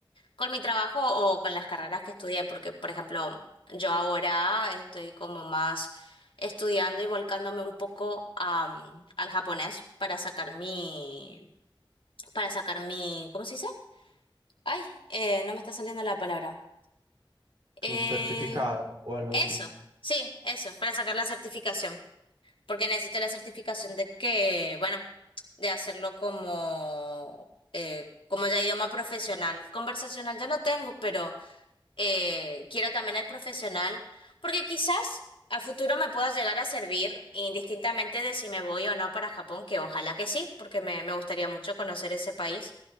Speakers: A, on the left; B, on the right.
A: con mi trabajo o con las carreras que estudié, porque, por ejemplo, yo ahora estoy como más estudiando y volcándome un poco a, mm, al japonés para sacar mi, para sacar mi, ¿cómo se dice? Ay, eh, no me está saliendo la palabra.
B: tu
A: Eh,
B: certificado o algo
A: eso,
B: así?
A: sí, eso, para sacar la certificación. porque necesito la certificación de que, bueno, de hacerlo como, eh, como ya idioma profesional. Conversacional ya lo tengo, pero eh, quiero también el profesional, porque quizás a futuro me pueda llegar a servir, indistintamente de si me voy o no para Japón, que ojalá que sí, porque me, me gustaría mucho conocer ese país.